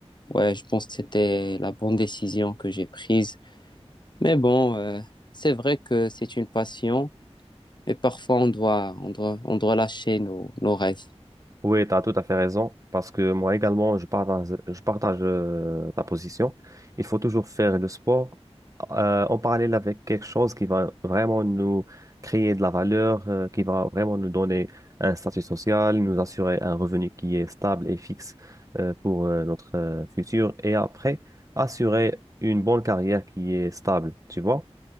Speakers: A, on the left; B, on the right.
A: ouais, je pense que c'était la bonne décision que j'ai prise. Mais bon, euh, c'est vrai que c'est une passion, mais parfois on doit, on doit, on doit lâcher nos, nos rêves.
B: Oui, tu as tout à fait raison, parce que moi également, je partage, je partage euh, ta position. Il faut toujours faire le sport euh, en parallèle avec quelque chose qui va vraiment nous créer de la valeur, euh, qui va vraiment nous donner un statut social, nous assurer un revenu qui est stable et fixe euh, pour euh, notre euh, futur, et après, assurer une bonne carrière qui est stable, tu vois?